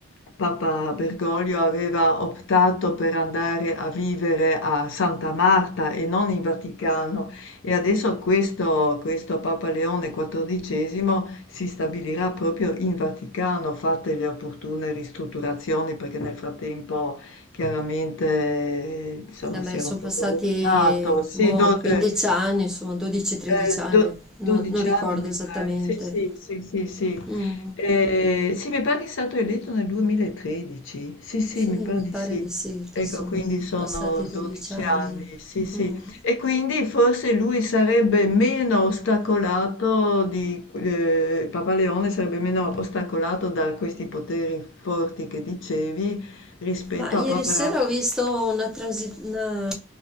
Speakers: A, on the left (about 70°); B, in the centre.
A: Papa Bergoglio aveva optato per andare a vivere a Santa Marta e non in Vaticano e adesso questo, questo Papa Leone XIV si stabilirà proprio in Vaticano, fatte le opportune ristrutturazioni, perché nel frattempo chiaramente eh, insomma,
B: Eh beh,
A: si era
B: sono
A: un po'
B: passati
A: rovinato. Sì,
B: boh,
A: do-
B: 15
A: eh,
B: anni, insomma 12-13
A: Ehm,
B: anni,
A: do
B: no-
A: 12
B: non ricordo
A: anni mi
B: esattamente.
A: pare. Sì, sì, sì, sì, sì.
B: Mm,
A: Ehm, sì, mi pare che è stato eletto nel 2013. Sì, sì,
B: sì,
A: mi pare
B: mi
A: di
B: pare
A: sì.
B: di sì che
A: Ecco,
B: sono
A: quindi sono
B: passati 12
A: 12
B: anni.
A: anni, sì, sì.
B: Mm.
A: E quindi forse lui sarebbe meno ostacolato di, ehm, Papa Leone sarebbe meno ostacolato da questi poteri forti che dicevi rispetto
B: Ma ieri
A: a Paparazzi.
B: sera ho visto una transi- una-